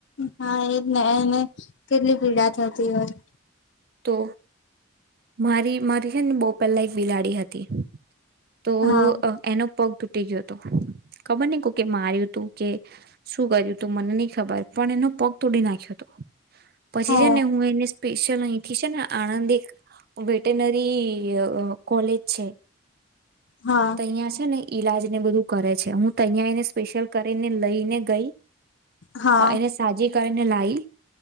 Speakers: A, on the left; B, on the right.
A: હા, એજને એને કેટલી પીડા થત તી હોય.
B: તો. મારી મારી છે ને બો પેલા એક બિલાડી હતી. તો
A: હા
B: અ એનો પગ તૂટી ગયો હતો ખબર ને કો કે કે માર્યું તું કે શું કર્યું તું મને નહી ખબર પણ એનો પગ તોડી નાખ્યો હતો પછી
A: ઓ
B: છે ને હું એને સ્પેશિયલ અહીં આણંદ ની એક વેટનરી અ-અ કોલેજ છે.
A: હા
B: ત અહીં છે ને ઈલાજ ને બધું કરે છે હું તયાં એને સ્પેશિયલ કરીને લઈને ગઈ.
A: હા
B: અ એને સાજી કરીને લાઈ